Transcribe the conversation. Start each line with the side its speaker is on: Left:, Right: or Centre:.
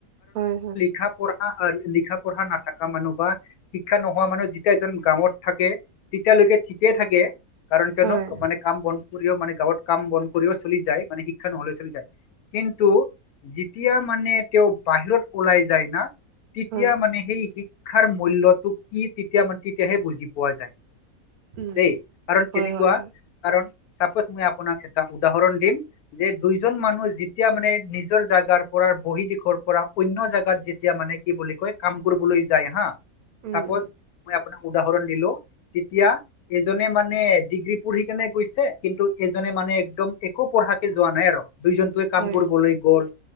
Right: হয়,
Left: শা মানুহ বা শিক্ষা নোহোৱা মানুহ যেতিয়া এজন গাঁৱত থাকে তেতিয়ালৈকে ঠিকে থাকে কাৰণ কিয়নো
Right: হয়,
Left: মানে কাম বধ কৰিও মানে গাঁৱত কাম বন কৰিব চলি য মানে শিক্ষা নহ'লে চল কিন্তু যেতিয়া মানে তেওঁ বাহিৰত ওলাই যায় না তেতিয়া
Right: হয়, হয়,
Left: মানে সেই শিক্ষাৰ মূল্যটো কি তেতিয়া মানে তেতিয়াহে বুজি পোৱা যায়
Right: উম,
Left: দেই কাৰণ
Right: হয়,
Left: তেনেকুৱা
Right: হয়, হয়,
Left: কাৰণ চাপজ মই আপোনাক এটা উদাহৰণ দিম যে দুইজন মানুহ যেতিয়া মানে নিজৰ জাগাৰ পৰা। বহি দিশৰ পৰা অ্য জাগাত যেতিয়া মানে কি বুলি কয় কাম কৰিবলৈ যায় হা।
Right: উম,
Left: চাপজ
Right: উম,
Left: মই আপোনাৰ উদাহৰণ দো তেতিয়া এজনে মানে ডিগ্ৰী পঢ়ি কেনে গৈছে কিন্তু এজনে মানে একদম একো পঢ়াকে যোৱা নাই আৰু দুইজনটোৱে কাম
Right: হয়,
Left: কৰিবলৈ গ'ল